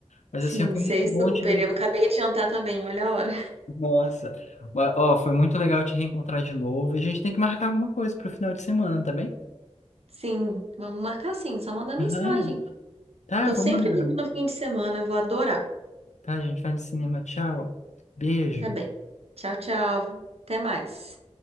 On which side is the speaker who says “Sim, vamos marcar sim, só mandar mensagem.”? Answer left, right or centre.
Right